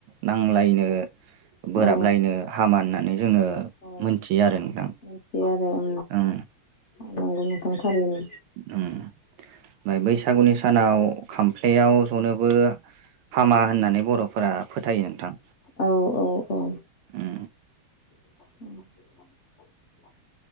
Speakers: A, on the right; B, on the left.
A: नांजल्लायनो बोराबलायनो
B: औ
A: हामा होननानै जोङो
B: औ
A: मोनथियो आरो नोंथां।
B: मिथियो आरो आ
A: ओं
B: नंगौ ओंखाम थारैनो।
A: ओं ओमफ्राय बैसागुनि भु सानाव खामफ्लायाव जनोबो हामा होननानै बर'फोरा फोथायो नोंथां।
B: औ औ औ
A: उम
B: औ